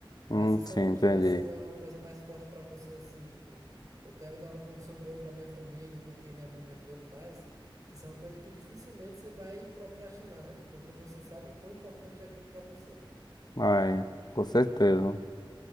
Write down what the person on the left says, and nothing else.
hum,
sim,
entendi.
Ai, com certeza.